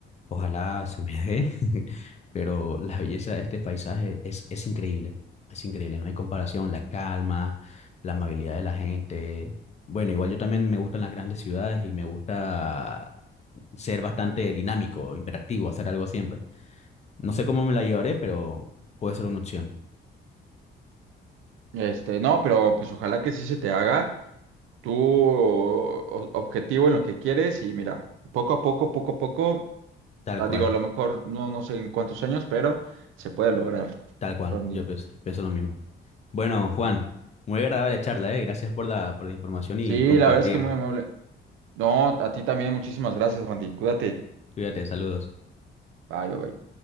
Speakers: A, on the left; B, on the right.
A: Ojalá se me dé, <laughs> pero la belleza de este paisaje es, es increíble, es increíble, no hay comparación, la calma, la amabilidad de la gente. Bueno, igual yo también me gustan las grandes ciudades y me gusta ser bastante dinámico, imperativo, hacer algo siempre. No sé cómo me la llevaré, pero puede ser una opción.
B: Este, no, pero pues ojalá que sí se te haga tu o- objetivo en lo que quieres y mira, poco a poco, poco a poco.
A: Tal
B: Ah,
A: cual,
B: Digo, a lo mejor no, no sé en cuántos años, pero se puede lograr,
A: tal cual.
B: Randy.
A: Yo pienso, pienso lo mismo. Bueno, Juan, muy agradable charla, ¿eh? Gracias por la, por la información y
B: Sí,
A: compartir.
B: la verdad es que muy amable. No, a ti también, muchísimas gracias, Randy. Cuídate.
A: Cuídate, saludos.
B: Bye, bye, bye.